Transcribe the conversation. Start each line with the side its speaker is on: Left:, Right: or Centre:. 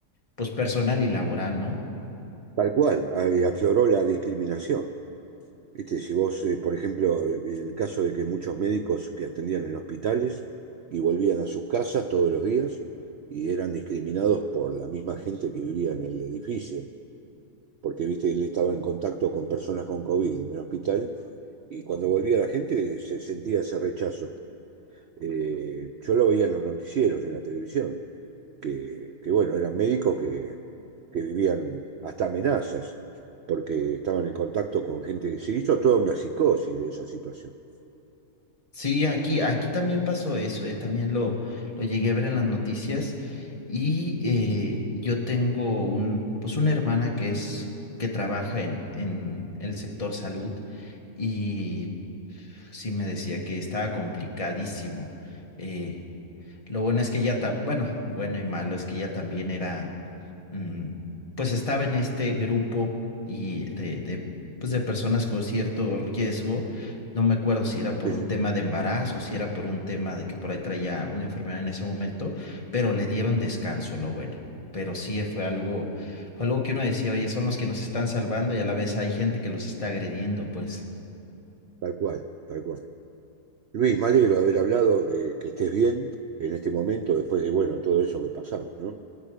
Left: pues personal y laboral, ¿no?
Right: Tal cual, ah, y afloró la discriminación. Este, si vos, eh, por ejemplo, el caso de que muchos médicos que atendían en hospitales y volvían a sus casas todos los días y eran discriminados por la misma gente que vivía en el edificio, porque viste, él estaba en contacto con personas con COVID en el hospital y cuando volvía la gente se sentía ese rechazo. Eh, yo lo veía en los noticieros, en la televisión que, que, bueno, eran médicos que, que vivían hasta amenazas, porque estaban en contacto con gente. Se hizo toda una psicosis de esa situación.
Left: Sí, aquí, aquí también pasó eso, eh, También lo, lo llegué a ver en las noticias. Y eh, yo tengo un, pues una hermana que es, que trabaja en, en el sector salud, y pf, sí me decía que estaba complicadísimo. eh, lo bueno es que ya, ta- bueno, bueno y malo es que ya también era mm, pues estaba en este grupo y de, de, pues de personas con cierto riesgo. No me acuerdo si era por
Right: Es-
Left: un tema de embarazo, si era por un tema de que por ahí traía una enfermedad en ese momento, pero le dieron descanso, lo bueno. Pero sí fue algo, fue algo que uno decía, oye, son los que nos están salvando y a la vez hay gente que los está agrediendo, pues.
Right: tal cual, tal cual. Luis, me alegro de haber hablado de que estés bien en este momento, después de, bueno, todo eso que pasamos, ¿no?